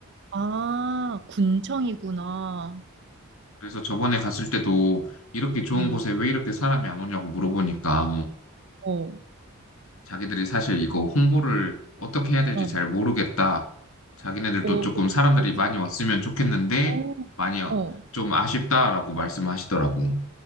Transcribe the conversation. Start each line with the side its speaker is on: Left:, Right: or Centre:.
Right: 아, 군청이구나.
Left: 그래서 저번에 갔을 때도 이렇게 좋은
Right: 응.
Left: 곳에 왜 이렇게 사람이 안 오냐고 물어보니까
Right: 어,
Left: 자기들이 사실 이거 홍보를 어떻게 해야 될지
Right: 어,
Left: 잘 모르겠다. 자기네들도
Right: 어,
Left: 조금
Right: 너
Left: 사람들이
Right: 혹시,
Left: 많이 왔으면 좋겠는데
Right: 어,
Left: 많이 어-
Right: 어.
Left: 좀 아쉽다라고 말씀하시더라고.